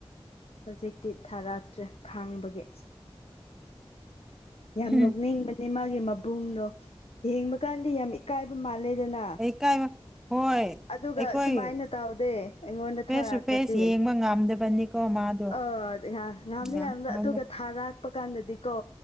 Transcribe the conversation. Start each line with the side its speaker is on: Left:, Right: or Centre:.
Left: ꯍꯧꯖꯤꯛꯇꯤ ꯊꯥꯔꯛꯇ꯭ꯔꯦ ꯈꯥꯡꯕꯒꯤ ꯌꯥꯝ
Centre: ꯎꯝ
Left: ꯅꯣꯛꯅꯤꯡꯕꯅꯦ ꯃꯥꯒꯤ ꯃꯕꯨꯡꯗꯣ ꯌꯦꯡꯕ ꯀꯥꯟꯗ ꯌꯥꯝ ꯏ ꯀꯥꯏꯕ ꯃꯥꯜꯂꯦꯗꯅ
Centre: ꯀꯩ ꯏꯀꯥꯏꯕ ꯍꯣꯏ
Left: ꯑꯗꯨꯒ
Centre: ꯑꯩꯈꯣꯏ
Left: ꯁꯨꯃꯥꯏꯅ ꯇꯧꯗꯦ ꯑꯩꯉꯣꯟꯗ
Centre: ꯐꯦꯁ
Left: ꯊꯥꯔꯛꯄꯗꯤ
Centre: ꯇꯨ ꯐꯦꯁ ꯌꯦꯡꯕ ꯉꯝꯗꯕꯅꯤ ꯀꯣ ꯃꯥꯗꯣ
Left: ꯑ ꯉꯥꯝꯗꯤ
Centre: <unintelligible>
Left: ꯉꯥꯝꯕ ꯑꯗꯨꯒ ꯊꯥꯔꯛꯄ ꯀꯥꯟꯗꯗꯤꯀꯣ